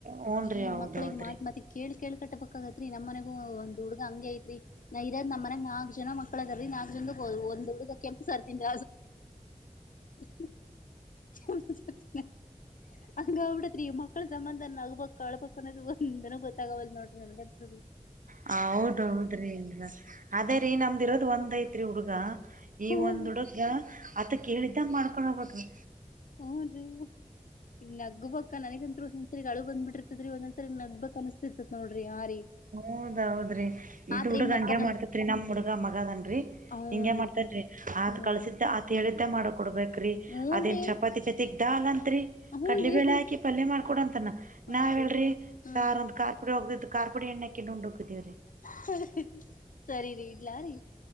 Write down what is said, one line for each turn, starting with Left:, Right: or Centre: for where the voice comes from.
Right: ಹೂನ್ರಿ
Left: ಈ
Right: ಹೌದೌದ್ರಿ
Left: ಮಕ್ಕಳಿಗೆ ಮಾತ್ ಮಾತಿಗಿ ಕೇಳಿ ಕೇಳ್ ಕಟ್ಟ್ಬಕ್ಗತ್ರಿ ನಮ್ ಮನೆಗು ಒ-ಒಂದ ಹುಡುಗ ಹಂಗೆ ಐತ್ರಿ ನಾ ಇರದ್ ನಮ್ ಮನ್ಯಾಗ್ ನಾಕ್ ಜನ ಮಕ್ಳ ಅದರಿ ನಾಕ್ ಜನದ ಒ-ಒಂದ ಹುಡುಗ ಕೆಂಪು ಸಾರ್ ತಿಂದ <unintelligible> ಕೆಂಪ ಸಾತಿನ ಅಂಗ ಅಬ್ಟ್ತಿತ್ರೀ ಯಮ್ಮ ಮಕ್ಕಳ ಸಂಬಂಧ ನಗ್ಬಬೇಕ್ ಅಳ್ಬೇಕ್ ಅನ್ನೋದು ಒಂದ್ನ ಗೊತ್ತಾಗಾವಲ್ದ್ ನೋಡ್ರಿ ನನ್ಗತ್ರ್ನು
Right: ಹ ಹೌದೌದ್ರಿ ಲ್ರ ಅದೇ ರೀ ನಮ್ದ ಇರೋದ ಒಂದ್ ಐತ್ರಿ ಹುಡ್ಗಾ ಈ
Left: ಹೂನ್ರಿ
Right: ಒಂದ್ ಹುಡುಗ್ಗ ಆತ ಕೇಳಿದ್ದ ಮಾಡ್ಕೊಂಡ್ ಹೋಗ್ಬೇಕ್ರಿ
Left: ಹ್ನು ರೀ ಇಗ್ ನಗ್ಬೇಕ್ ನನಗಂತ್ರು ಒಂದಸರಿಗ್ ಅಳು ಬಂದ ಬಿಟ್ಟಿರ್ತದರಿ ಒಂದ ಒಂದ ಸರಿಗ ನಗ್ಬೇಕ ಅನಸ್ತಿರತತಿ ನೋಡ್ರಿ ಆ ರೀ
Right: ಹೌದೌದ್ರಿ ಇದು
Left: ಆತ್ರಿ
Right: ಹುಡುಗ
Left: ಮತ್ತ
Right: ಹಂಗೆ ಮಾಡ್ತೇತ್ರಿ ನಮ್ ಹುಡ್ಗ ಮಗ ಅದಾನ್ರಿ
Left: ಹೂನ್ರಿ
Right: ಹಿಂಗೆ ಮಾಡ್ತ ರಿ ಆತ್
Left: ಹೂನ್ರಿ
Right: ಕಳಸಿದ್ದ ಆತ್ ಹೇಳಿದ್ದ ಮಾಡ ಕೊಡ್ಬೇಕ್ರೀ
Left: ಹೂನ್ರಿ
Right: ಅದೇನ್ ಚಪಾತಿ ಜತೆಗ್ ದಾಲ್ ಅಂತರಿ
Left: ಹೂನ್ರಿ
Right: ಕಡಲಿ ಬೇಳೆ ಹಾಕಿ ಪಲ್ಯ ಮಾಡ್ಕೊಡಂತ ತನ್
Left: ಹೂನ್ರಿ
Right: ನಾವ್ ಹೇಳರಿ
Left: ಹಾ
Right: ಸಾರ್ ಒಂದ್ ಕಾರ್ ಪುಡಿ ಹೋಗ್ದಿದ್ದ ಕಾರ್ಪುಡಿ ಎಣ್ಣಕೆಂಡ್ ಉಂಡ್ ಹೋಗ್ತಿದೀವ್ರಿ
Left: <unintelligible> ಸರಿ ರೀ ಇಡ್ಲಾ ರೀ